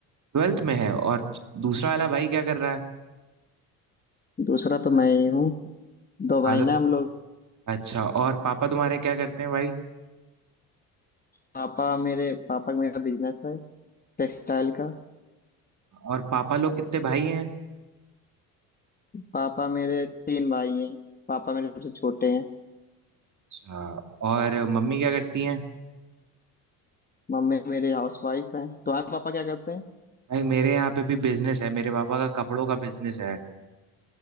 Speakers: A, on the right; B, on the left.
A: ट्वेल्थ में है और दूसरा वाला भाई क्या कर रहा है
B: दूसरा तो मैं ही हूँ दो भाई
A: हाँ तो-
B: ना हम लोग
A: अच्छा और पापा तुम्हारे क्या करते हैं भाई
B: पापा मेरे पापा का मेरा बिजनेस है टेक्सटाइल का
A: और पापा लोग कितने भाई हैं
B: पापा मेरे तीन भाई हैं पापा मेरे सबसे छोटे हैं
A: अच्छा और मम्मी क्या करती हैं
B: मम्मी मेरी हाउस वाइफ है तुम्हारे पापा क्या करते हैं
A: भाई मेरे यहाँ पे भी बिजनेस है मेरे पापा का कपड़ों का बिजनेस है